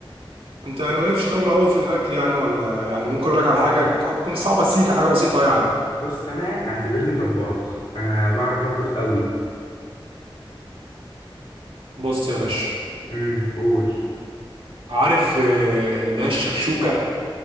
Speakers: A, on the right; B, on the left.
A: انت يعني مالكش خبره قوي في الاكل يعني ولا يعني ممكن اقول لك على حاجه هتكون صعبه سيكه حاجه بسيطه يعني
B: بص انا اعتبرني طباخ انا بعرف اطبخ قوي
A: بص يا باشا
B: امم قول
A: عارف آه، اللي هي الشكشوكه